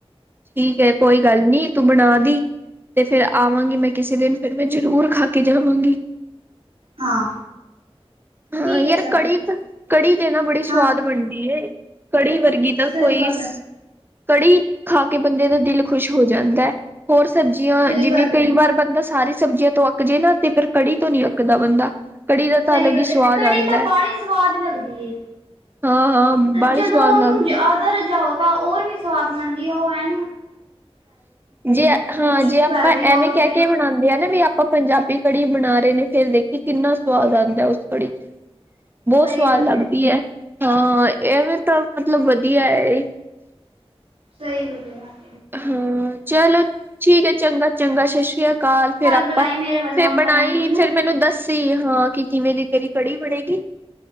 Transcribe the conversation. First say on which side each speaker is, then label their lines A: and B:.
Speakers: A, on the right; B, on the right.
A: ਠੀਕ ਹੈ ਕੋਈ ਗੱਲ ਨੀ ਤੂੰ ਬਣਾ ਦੀ। ਤੇ ਫਿਰ ਆਵਾਂਗੀ ਮੈਂ ਕਿਸੇ ਦਿਨ ਫਿਰ ਮੈਂ ਜ਼ਰੂਰ ਖਾ ਕੇ ਜਾਵਾਂਗੀ।
B: ਹਾਂ।
A: ਹਾਂ,
B: ਠੀਕ
A: ਯਾਰ
B: ਹੈ ਚੱਲ
A: ਕੜੀ-ਕੜੀ ਤੇਨਾ ਬੜੀ
B: ਹਾਂ
A: ਸਵਾਦ ਬਣਦੀ ਹੈ। ਕੜੀ ਵਰਗੀ ਤਾਂ
B: ਸਹੀ
A: ਕੋਈ
B: ਗੱਲ ਹੈ
A: ਕੜੀ ਖਾ ਕੇ ਬੰਦੇ ਦਾ ਦਿਲ ਖੁਸ਼ ਹੋ ਜਾਂਦਾ ਹੋਰ ਸਬਜ਼ੀਆਂ
B: ਸਹੀ
A: ਜਿਵੇਂ
B: ਗੱਲ ਹੈ
A: ਕਈ ਵਾਰ ਬੰਦਾ ਸਾਰੇ ਸਬਜ਼ੀਆਂ ਤੋਂ ਅੱਕ ਜੇ ਨਾ ਤੇ ਫੇਿਰ ਕੜੀ ਤੋਂ ਨੀ ਅੱਕਦਾ ਬੰਦਾ ਕੜੀ ਦਾ ਤਾਂ
B: ਸਹੀ
A: ਅਲੱਗ
B: ਗੱਲ
A: ਹੀ ਸਵਾਦ
B: ਹੈ ਕੜੀ
A: ਆਂਦਾ
B: ਤਾਂ ਬਾਹਲੀ ਸਵਾਦ ਲੱਗਦੀ
A: ਹਾਂ-ਹਾਂ ਬਾਹਲੀ
B: ਜਦੋਂ
A: ਸਵਾਦ
B: ਉਹਨੂੰ
A: ਲੱਗਦੀ।
B: ਜ਼ਿਆਦਾ ਜਾਓ ਤਾਂ ਹੋਰ ਵੀ ਸਵਾਦ ਬਣਦੀ ਉਹ ਐ
A: ਜੇ ਹਾਂ
B: ਖੁਸ਼ਬੂ
A: ਜੇ ਆਪਾਂ
B: ਫੈਲਦੀ ਉਸਦੀ
A: ਐਵੇਂ ਕਹਿ ਕੇ ਬਣਾਉਂਦੇ ਹਾਂ ਨਾ ਵੀ ਆਪਾਂ ਪੰਜਾਬੀ ਕੜੀ ਬਣਾ ਰਹੇ ਨੇ ਫੇਰ ਦੇਖੀ ਕਿੰਨਾ ਸਵਾਦ ਆ। ਉਸ ਕੜੀ ਚ ਬਹੁਤ
B: ਸਹੀ
A: ਸਵਾਦ
B: ਗੱਲ
A: ਲੱਗਦੀ
B: ਏ
A: ਹੈ। ਹਾਂ, ਇਹਵੇ ਤਾਂ ਮਤਲਬ ਵਧੀਆ ਹੈ।
B: ਸਹੀ ਗੱਲ ਆ।
A: ਹਾਂ ਚਲੋ ਠੀਕ ਹੈ ਚੰਗਾ ਚੰਗਾ ਸਤਿ ਸ੍ਰੀ ਅਕਾਲ ਫਿਰ ਆਪਾਂ
B: ਬੁਲਾਈ ਮੇਰੇ ਵੱਲੋਂ
A: ਫਿਰ
B: ਅੰਕਲ
A: ਬਣਾਈ
B: ਆਂਟੀ ਨੂੰ
A: ਫਿਰ ਮੈਨੂੰ ਦੱਸੀ ਹਾਂ, ਕਿ ਕਿਵੇਂ ਦੀ ਤੇਰੀ ਕੜੀ ਬਣੇਗੀ।